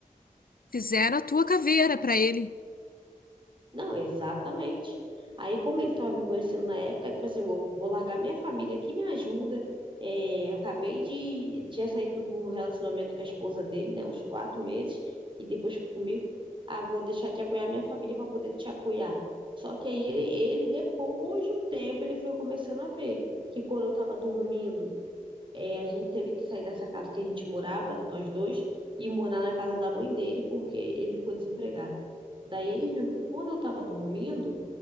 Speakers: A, on the left (about 85°); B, on the right (about 35°).
A: Fizeram a tua caveira para ele.
B: Não, exatamente. Aí, como ele estava me conhecendo na época, tipo assim, vou, vou largar minha família que me ajuda. É, acabei de. Tinha saído de um relacionamento com a esposa dele, né? Uns quatro meses, e depois ficou comigo. Ah, vou deixar de apoiar minha família para poder te apoiar. Só que aí ele, ele, depois de um tempo, ele foi começando a ver que quando eu estava dormindo, é, a gente teve que sair dessa casa que a gente morava, nós dois, e morar na casa da mãe dele porque ele ficou desempregado. Daí ele viu que quando eu estava dormindo,